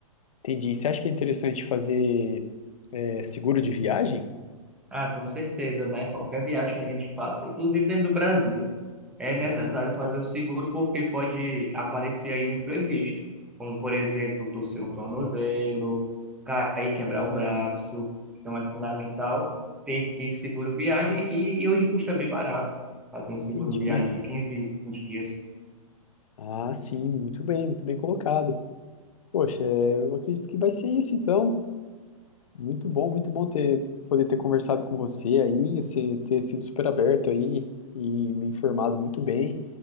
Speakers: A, on the left; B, in the centre.
A: Entendi. Você acha que é interessante fazer é, seguro de viagem?
B: Ah, com certeza, né? Qualquer viagem que a gente faça, inclusive dentro do Brasil, é necessário
A: Ah, muito
B: fazer
A: bom.
B: o seguro porque pode aparecer aí um imprevisto, como por exemplo, torcer um tornozelo, cair, quebrar um braço. Então é fundamental ter esse seguro viagem e, e hoje custa bem barato fazer um seguro
A: Entendi.
B: viagem de 15, 20 dias.
A: Ah, sim, muito bem, muito bem colocado. Poxa, é, eu acredito que vai ser isso então. Muito bom, muito bom ter poder ter conversado com você aí, você ter sido super aberto aí e me informado muito bem.